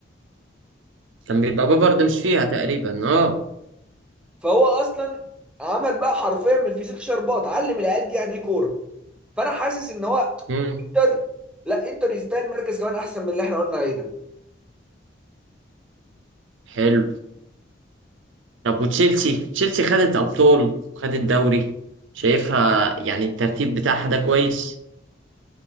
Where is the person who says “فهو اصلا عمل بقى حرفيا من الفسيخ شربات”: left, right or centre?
Centre